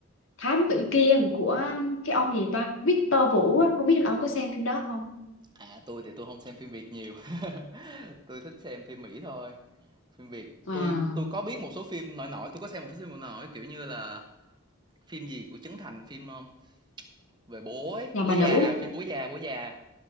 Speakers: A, on the left; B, on the right.
A: Thám tử Kiên của cái ông gì ta Victor Vũ á, không biết là ông có xem phim đó không
B: à tôi thì tôi không xem phim Việt nhiều <laughs> tôi thích xem phim Mỹ thôi Phim Việt,
A: à,
B: tôi tôi có biết một số phim nổi nổi, tôi có xem một số phim nổi nổi, kiểu như là phim gì của Trấn Thành, phim, ơ, về bố ấy,
A: nhà
B: Bố
A: bà
B: Già,
A: nữ
B: à, phim Bố Già, Bố Già,